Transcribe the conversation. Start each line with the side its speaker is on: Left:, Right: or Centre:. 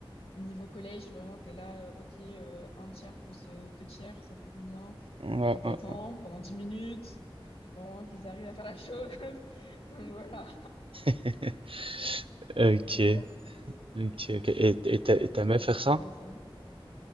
Left: niveau collège, vraiment, t'es là, euh, ok, euh, un tiers plus euh, deux tiers, ça fait combien?
Right: Ouais,
Left: Et t'attends
Right: ouais,
Left: pendant 10 minutes, vraiment, qu'ils arrivent à faire la chose. <laughs> Donc voilà,
Right: ouais. Ok,
Left: genre, c'est ça.
Right: ok, ok. Et et t'a- et t'aimais
Left: Donc voilà,
Right: faire
Left: je
Right: ça?
Left: dirais ça.